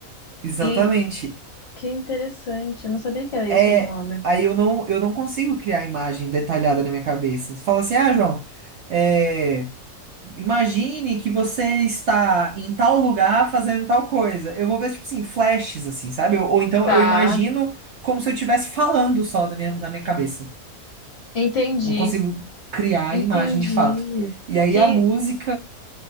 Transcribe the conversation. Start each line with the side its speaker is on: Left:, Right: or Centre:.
Right: Exatamente.
Left: E que interessante, eu não sabia que era esse
Right: É,
Left: o nome.
Right: aí eu não, eu não consigo criar imagem detalhada na minha cabeça. Você fala assim, ah, João, é, imagine que você está em tal lugar fazendo tal coisa. Eu vou ver, tipo assim, flashes, assim, sabe? Ou, ou então
Left: Tá,
Right: eu imagino como se eu estivesse falando só na minha, na minha cabeça.
Left: entendi.
Right: Não consigo criar
Left: Entendi.
Right: a imagem de fato. E aí
Left: Que
Right: a música